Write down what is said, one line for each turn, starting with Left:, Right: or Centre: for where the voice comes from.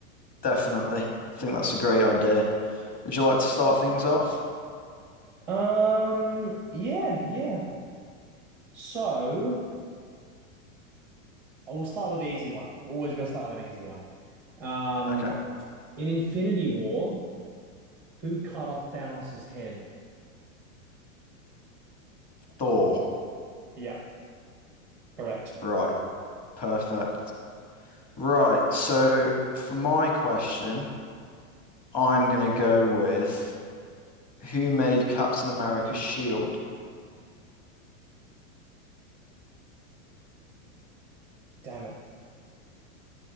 Left: Definitely. I think that's a great idea. Would you like to start things off?
Centre: Um, yeah, yeah. So I will start with the easy one. We're Always gotta start with an easy one. Um,
Left: Okay.
Centre: in Infinity War. Who cut off Thanos' head?
Left: Thor.
Centre: Yeah, correct.
Left: Right. Perfect. Right. So for my question, I'm gonna go with who made Captain America's shield?
Centre: Damn it.